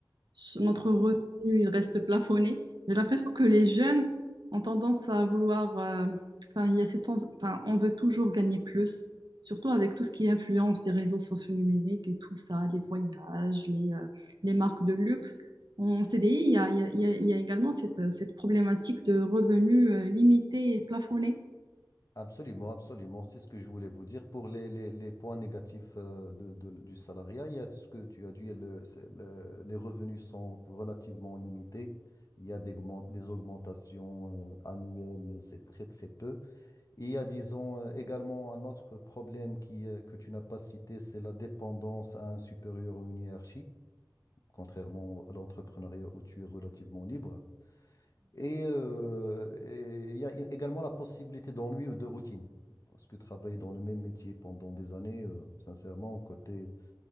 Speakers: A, on the right (about 65°); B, on the left (about 45°).
A: ce- notre revenu, il reste plafonné. J'ai l'impression que les jeunes ont tendance à vouloir, euh, enfin, il y a cette sens- enfin, on veut toujours gagner plus, surtout avec tout ce qui influence des réseaux sociaux numériques et tout ça, les voyages, les, euh, les marques de luxe. En CDI, il y a, il y a- il y a- il y a également cette, cette problématique de revenus, euh, limités et plafonnés.
B: Absolument, absolument. C'est ce que je voulais vous dire. Pour les, les, les points négatifs euh, de, de- du salariat, il y a ce que tu as dit, le- c'est- le- les revenus sont relativement limités. Il y a des, augmen- des augmentations euh, annuelles, mais c'est très, très peu. Et il y a, disons, euh, également un autre problème qui, euh, que tu n'as pas cité, c'est la dépendance à un supérieur ou une hiérarchie, contrairement à l'entrepreneuriat où tu es relativement libre. Et euh, et il y a i- également la possibilité d'ennui ou de routine. Parce que travailler dans le même métier pendant des années, euh, sincèrement, côté